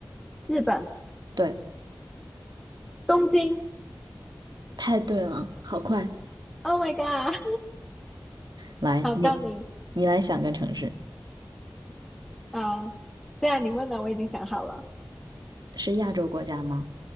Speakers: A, in the centre; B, on the right.
A: 日本，
B: 对，
A: 东京。
B: 太对了，好快。
A: Oh my god！
B: 来，
A: <laughs> 好，
B: 你
A: 到你。
B: 你来想个城市，
A: 啊，对啊，你问了，我已经想好了。
B: 是亚洲国家吗？